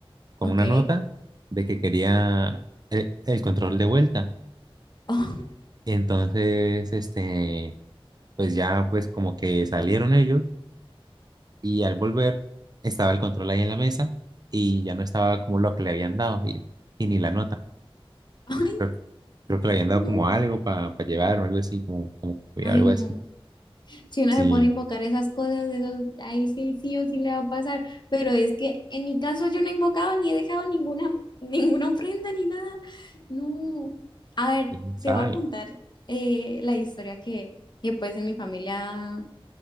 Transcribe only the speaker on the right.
con
una nota de que quería el, el control de vuelta.
Entonces, este, pues ya pues como que salieron ellos y al volver estaba el control ahí en la mesa y ya no estaba como lo que le habían dado y, y ni la nota.
Creo, creo que le habían dado
como algo para llevar o algo así, como, como
algo
así.
Sí,
quién sabe.